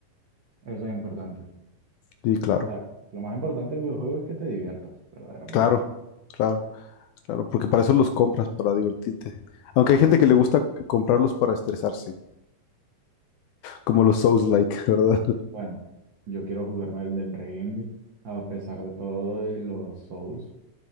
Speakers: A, on the right; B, on the left.
A: Eso es importante. O
B: Sí, claro,
A: sea, lo más importante del videojuego es que te diviertas, verdaderamente.
B: claro, claro, claro, porque para eso los compras, para divertirte. Aunque hay gente
A: Ujú.
B: que le gusta comprarlos para estresarse, como los Souls-like, <laughs> ¿verdad?
A: Bueno, yo quiero jugarme el del Ring, a pesar de todo, y los Souls.